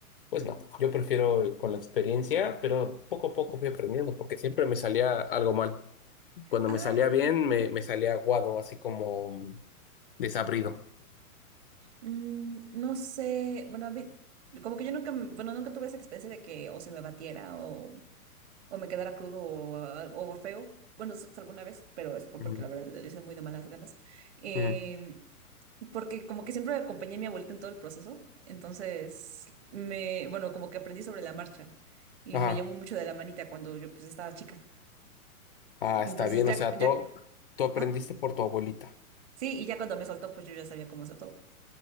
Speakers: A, on the left (about 40°); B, on the right (about 50°).
A: pues no, yo prefiero el- con la experiencia, pero poco a poco fui aprendiendo, porque siempre me salía algo mal. Cuando
B: Ah.
A: me salía bien, me, me salía aguado, así como mm, desabrido.
B: Mm, no sé, bueno, a ve- como que yo nunca, m- bueno, nunca tuve esa experiencia de que o se me batiera o, o me quedara crudo o, al- o feo. Bueno, s- alguna vez, pero es fue
A: Ujú,
B: porque la verdad lo hice muy de malas ganas. Em,
A: ujú.
B: porque como que siempre acompañé a mi abuelita en todo el proceso, entonces me, bueno, como que aprendí sobre la marcha y
A: Ajá,
B: me llevó mucho de la manita cuando yo pues estaba chica.
A: ah, está
B: Entonces
A: bien,
B: ya,
A: o sea,
B: ya,
A: tú, tú aprendiste
B: ah,
A: por tu abuelita.
B: sí, y ya cuando me soltó pues yo ya sabía cómo hacer todo.